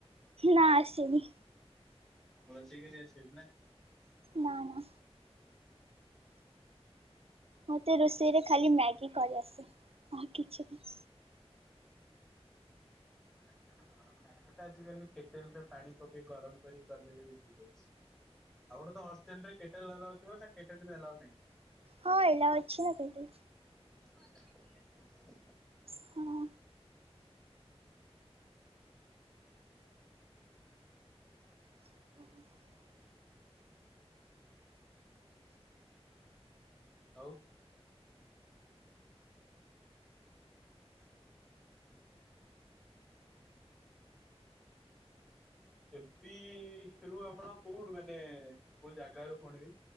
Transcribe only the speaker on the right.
ନା ଆସେନି।
ନା -ନା ମତେ ରୋଷେଇରେ ଖାଲି ମ୍ୟାଗି କରି ଆସେ, ଆ କିଛି ବି
ହଁ ଏଇଟା ଅଛି ନା କେଠୁ।
ହଁ। <inaudible>